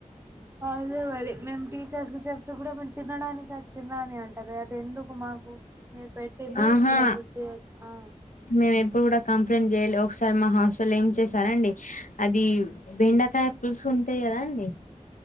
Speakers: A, on the right; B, on the left.
A: అదే మరి మేము టీచర్స్ కు చెప్తూ కూడా మీరు తినడానికి చిన్న అని అంటారు అది ఎందుకు మాకు మీరు పెట్టింది
B: ఆహా
A: తినబుద్ధి ఆ
B: మేము ఇప్పుడు కూడా కంప్లైంట్ చేయాలే ఒకసారి మా హాస్టలో ఏం చేసారండి అది బెండకాయ పుల్స్ అంతే కదా అండి